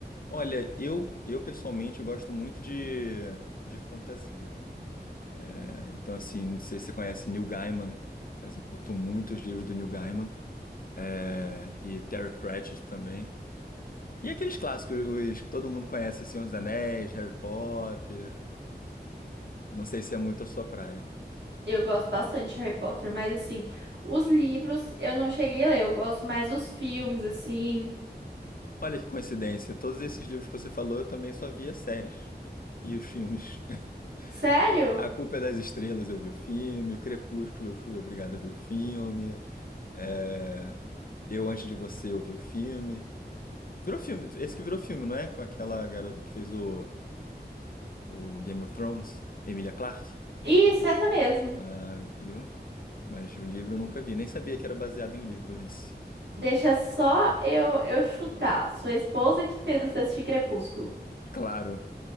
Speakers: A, on the left; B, on the right.
A: Olha, eu eu pessoalmente gosto muito de, de fantasia. É, então, assim, não sei se você conhece Neil Gaiman, mas eu curto muito os livros do Neil Gaiman. É, e Terry Pratchett também. E aqueles clássicos, os que todo mundo conhece, Senhor dos Anéis, Harry Potter. Não sei se é muito a sua praia.
B: Eu gosto bastante de Harry Potter, mas assim, os livros eu não cheguei a ler, eu gosto mais dos filmes, assim.
A: Olha que coincidência, todos esses livros que você falou eu também só via séries e os filmes. <laughs>
B: Sério?
A: A Culpa é das Estrelas eu vi o filme, Crepúsculo eu fui obrigado a ver o filme, é, Eu Antes de Você eu vi o filme. Virou filme, esse que virou filme, não é? Com aquela garota que fez o, o Game of Thrones, Emilia Clarke.
B: Isso, essa mesmo.
A: Ah, viu? Mas o livro eu nunca vi, nem sabia que era baseado em livro esse.
B: Deixa só eu, eu chutar. Sua esposa que fez você assistir Crepúsculo.
A: Claro,